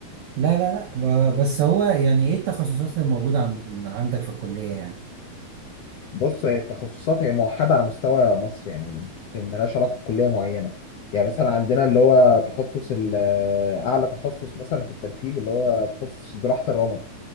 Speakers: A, on the right (about 85°); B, on the left (about 75°).
A: لا لا لا ما- بس هو يعني ايه التخصصات الموجودة عند عندك في الكلية يعني
B: بص هي التخصصات هي موحده على مستوى مصر يعني يعني ملهاش علاقه بكليه معينه يعني مثلا عندنا اللي هو تخصص ال- اعلى تخصص مثلا في الترتيب اللي هو تخصص جراحه الرمد